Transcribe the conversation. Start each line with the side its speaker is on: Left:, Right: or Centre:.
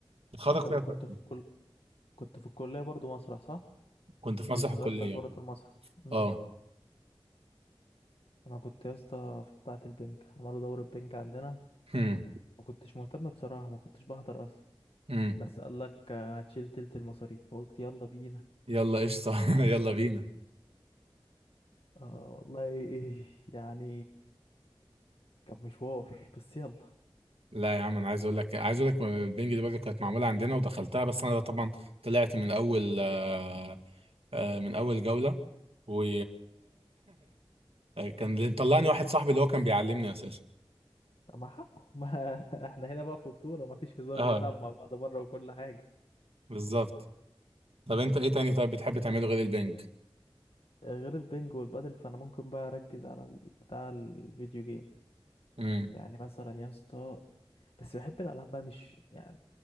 Right: بتخرج
Left: انت
Right: فيها
Left: ف- كنت
Right: طاقتي.
Left: في الكل كنت في الكليه برضو مسرح صح
Right: كنت
Left: كنت
Right: في مسرح
Left: شغال
Right: الكلية
Left: في حوارات المسرح امم
Right: اه
Left: انا كنت يا اسطى في بتاعه البنك عملوا دورة بنك عندنا
Right: هم.
Left: ما كنتش مهتم بصراحه ما كنتش بحضر اصلا
Right: هم.
Left: بس قال لك آه، هتشيل تلت المصاريف فقلت يلا بينا
Right: يلا قشطة <laughs> يلا
Left: <laughs>
Right: بينا
Left: اه والله إيه، يعني كان مشوار بس يلا
Right: لا يا عم انا عايز اقول لك عايز اقول لك البنج دي برضه كانت معموله عندنا ودخلتها بس انا طبعا طلعت من اول آه، آه، من اول جوله و <laughs> كان اللي مطلعني واحد صاحبي اللي هو كان بيعلمني اساسا
Left: طب ما حقه ما <laughs> احنا هنا بقى في بطولة ما فيش هزار
Right: اه
Left: بنلعب مع بعض بره وكل حاجة
Right: بالظبط طب انت ايه تاني طيب بتحب تعمله غير البنج
Left: غير البنج والبادل فانا ممكن بقى اركز على ال- بتاع الفيديو جيم
Right: امم
Left: يعني مثلا يا اسطى بس بحب الالعاب بقى مش يعني